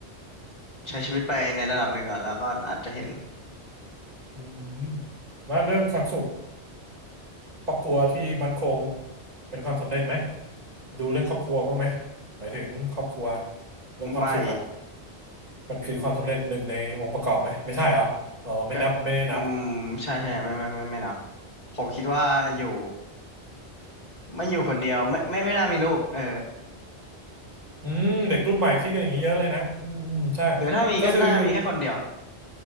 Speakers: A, on the left; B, on the right.
A: ใช้ชีวิตไปในระดับหนึ่งก่อนแล้วก็อาจจะเห็น
B: อืมแล้วเรื่องความสุขครอบครัวที่มั่นคงเป็นความสำเร็จไหมดูเรื่องครอบครัวบ้างไหมหมายถึงครอบครัวเรื่องความสุขอ่ะ
A: ไม่
B: มันคือความสำเร็จหนึ่งในองค์ประกอบไหมไม่ใช่เหรออ๋อไม่นับไม่ได้นับ
A: <laughs> ก็อืมใช่ใช่ไม่ไม่ไม่ไม่นับ
B: อืม
A: ผมคิดว่าอยู่
B: อืม
A: ไม่อยู่คนเดียวไม่ไม่ไม่น่ามีลูกเออ
B: อ่ะอืมเด็กรุ่นใหม่คิดกันอย่างนี้เยอะเลยนะอืมอืมใช่
A: หรือถ้ามีก็น่ามีแค่คนเดียว
B: ก็คือ